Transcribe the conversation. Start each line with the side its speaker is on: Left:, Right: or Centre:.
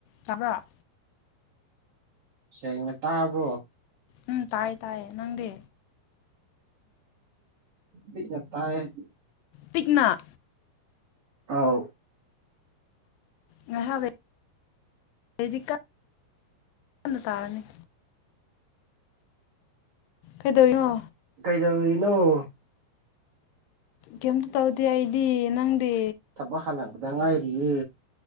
Left: ꯇꯕ꯭ꯔꯥ?
Right: ꯁꯦꯡꯅ ꯇꯥꯕ꯭ꯔꯣ?
Left: ꯎꯝ ꯇꯥꯏꯌꯦ ꯇꯥꯏꯌꯦ ꯅꯪꯗꯤ꯫
Right: ꯄꯤꯛꯅ ꯇꯥꯥꯏꯌꯦ ꯫
Left: ꯄꯤꯛꯅ꯫
Right: ꯑꯥꯎ
Left: ꯉꯍꯥꯛ ꯂꯩ ꯑꯗꯤ ꯀ ꯀꯟꯅ ꯇꯥꯔꯅꯤ ꯀꯩꯗꯧꯔꯤꯅꯣ
Right: ꯀꯩꯗꯧꯔꯤꯅꯣ?
Left: ꯀꯩꯝꯇ ꯇꯧꯗꯦ ꯑꯩꯗꯤ ꯅꯪꯗꯤ꯫
Right: ꯊꯕꯛ ꯍꯜꯂꯛ ꯗ ꯉꯥꯏꯔꯤꯌꯦ